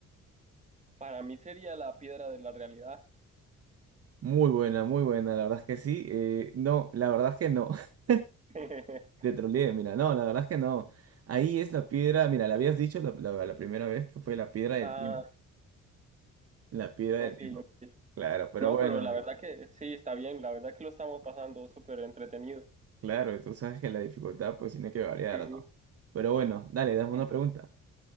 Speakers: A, on the right; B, on the right.
A: Para mí sería la piedra de la realidad.
B: Muy buena, muy buena, la verdad es que sí. Eh, no, la verdad es que no. <laughs>
A: <laughs>
B: Te troleé, mira, no, la verdad es que no. Ahí es la piedra, mira, la habías dicho la, la- la primera vez que fue la piedra del
A: Ah,
B: tiempo. La piedra
A: ok,
B: del tiempo.
A: ok.
B: Claro, pero
A: No,
B: bueno,
A: pero la
B: eh,
A: verdad que sí, está bien. La verdad que lo estamos pasando súper entretenido.
B: claro, y tú sabes que la dificultad pues tiene que variar,
A: Sí, sí.
B: ¿no? Pero bueno, dale, dame una
A: sí.
B: pregunta.